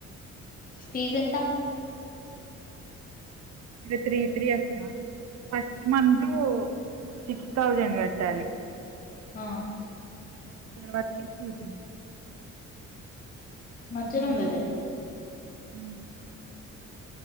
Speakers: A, on the left; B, on the right.
A: ఫీజ్ ఎంత
B: ఇ త్రీ త్రీ అక్కా ఫస్ట్ మంతు సిక్స్ థౌజండ్ కట్టాలి
A: ఆ
B: వకిీల్ తీదుల్
A: మంచిగానే ఉంది అయితే
B: హ